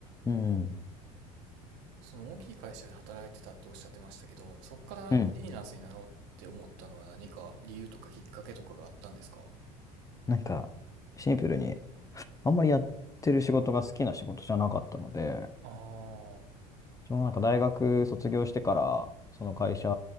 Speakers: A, on the left; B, on the right.
A: うん。
B: その大きい会社で働いてたっておっしゃってましたけど、そっからフリーランスになろうって思ったのは何か理由とかきっかけとかがあったんですか？
A: うん。なんか、シンプルにあんまりやってる仕事が好きな仕事じゃなかったので、
B: ああ、
A: そのなんか大学卒業してから、その会社